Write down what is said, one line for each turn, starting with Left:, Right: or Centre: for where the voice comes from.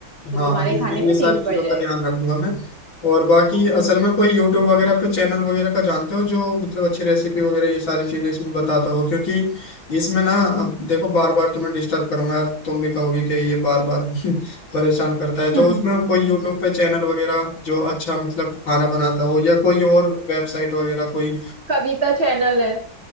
Right: तो
Left: हाँ
Right: तुम्हारे
Left: नहीं
Right: खाने
Left: नहीं
Right: में
Left: ये सारी
Right: टेस्ट
Left: चीज़ों
Right: बढ़ जाएगा
Left: का ध्यान रखूंगा मैं और बाकी असल में कोई यूट्यूब वगैरह पे चैनल वगैरह का जानते हो जो मतलब अच्छी रेसिपी वगैरह ये सारी चीज़ें इसमें बताता हो क्योंकि इसमें ना अब देखो बार बार तुम्हें डिस्टर्ब करूंगा यार तुम भी कहोगे कि ये बार बार <laughs> परेशान करता है
Right: <laughs>
Left: तो उसमें कोई यूट्यूब पे चैनल वगैरह जो अच्छा मतलब खाना बनाता हो या कोई और वेबसाइट वगैरह कोई
Right: कविता चैनल है